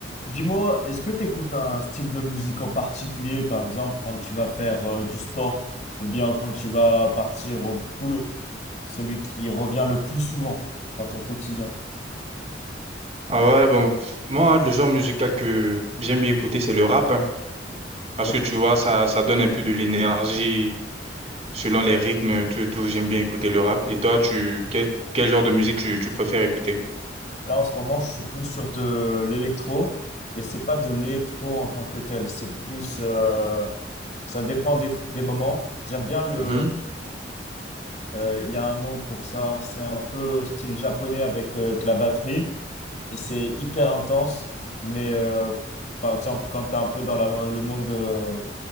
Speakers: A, on the left; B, on the right.
A: Dis-moi, est-ce que tu écoutes un style de musique en particulier, par exemple, quand tu vas faire euh, du sport ou bien quand tu vas partir au boulot? Celui qui revient le plus souvent dans ton quotidien.
B: Ah ouais, bon, pff, moi, le genre musical que j'aime bien écouter, c'est le rap, hein. parce
A: Ah ouais?
B: que tu vois, ça, ça donne un peu de l'énergie selon les rythmes, tout, tout, j'aime bien écouter le rap. Et toi, tu, quel, quel genre de musique tu, tu préfères écouter?
A: Là, en ce moment, je suis plus sur de l'électro, mais c'est pas de l'électro en tant que tel. C'est plus, euh, ça dépend des, des moments. J'aime bien le,
B: Mhm.
A: euh, il y a un nom pour ça. C'est un peu style japonais avec euh, de la batterie. et c'est hyper intense. Mais euh, par exemple, quand tu es un peu dans la, le monde de...